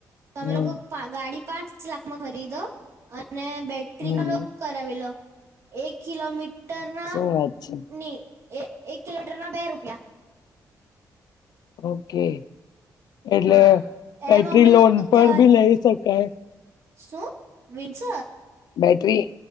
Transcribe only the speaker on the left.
હમ
હમ
શું વાત છે
ઓકે એટલે
બેટરી
લોન
પર
ભી લઈ શકાય
બેટરી